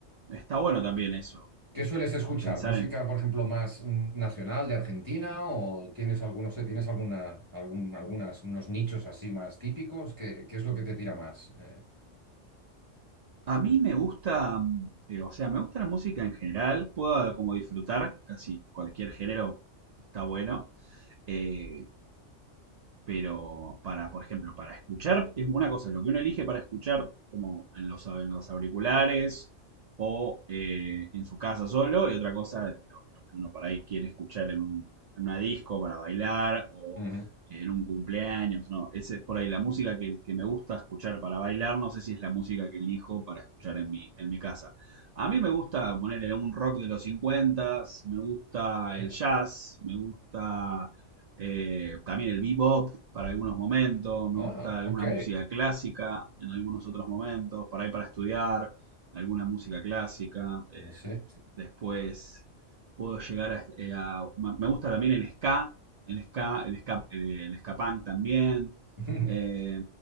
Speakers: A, on the right (about 50°); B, on the right (about 15°).
A: está bueno también eso,
B: ¿Qué sueles
A: eh,
B: escuchar?
A: pensar
B: ¿Música,
A: en,
B: por ejemplo, más mm, nacional de Argentina? ¿O tienes algunos, sé, tienes alguna, algún, algunas, unos nichos así más típicos? ¿Qué, qué es lo que te tira más? Eh,
A: A mí me gusta, mm, eh, o sea, me gusta la música en general, puedo como disfrutar casi cualquier género, está bueno. Eh, pero para, por ejemplo, para escuchar, es una cosa, lo que uno elige para escuchar como en los, en los auriculares o eh, en su casa solo, y otra cosa, lo, lo que uno por ahí quiere escuchar en, un- en una disco para bailar o
B: ujú,
A: eh, en un cumpleaños, ¿no? Ese es por ahí la música que, que me gusta escuchar para bailar, no sé si es la música que elijo para escuchar en mi, en mi casa. A mí me gusta ponerle un rock de los 50, me gusta
B: ujú.
A: el jazz, me gusta eh, también el bebop para algunos momentos, me
B: Ah,
A: gusta alguna
B: ok.
A: música clásica en algunos otros momentos, para ir para estudiar, alguna música clásica. eh,
B: No sé.
A: después puedo llegar a, eh, a- ma- Me gusta también el ska, el ska, el ska, eh, el ska punk también.
B: <laughs>
A: Eh,